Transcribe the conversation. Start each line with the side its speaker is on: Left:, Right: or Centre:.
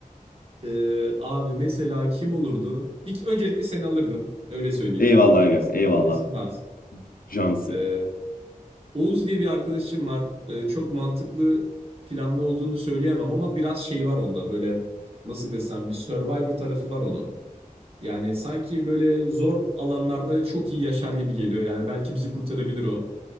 Right: Ee, abi mesela kim olurdu? Bir, öncelikle seni alırdım. Öyle söyleyeyim.
Left: eyvallah aga eyvallah
Right: Kesin var.
Left: cansın.
Right: Ee, Oğuz diye bir arkadaşım var. Ee, çok mantıklı planlı olduğunu söyleyemem ama biraz şey var onda. Böyle nasıl desem bir Survivor tarafı var onun. Yani sanki böyle zor alanlarda çok iyi yaşar gibi geliyor. Yani belki bizi kurtarabilir o.